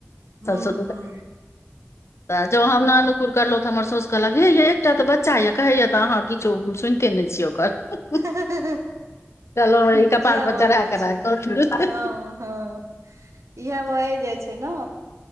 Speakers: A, on the right; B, on the left.
A: हूँ
B: सभसँ
A: हूँ
B: ज <unintelligible> कुर करलौ तऽ हमर सोस कहलक हे ये एकटा तऽ बच्चा यऽ कहैया तऽ अहाँ किछो सुनिते नहि छियै ओकर
A: इह
B: कहलहुँ
A: भऽ
B: ई कपार पर चढ़ा
A: जाइ
B: कऽ
A: छै
B: राखब
A: हँ हँ <unintelligible> इह भए जाइ छै न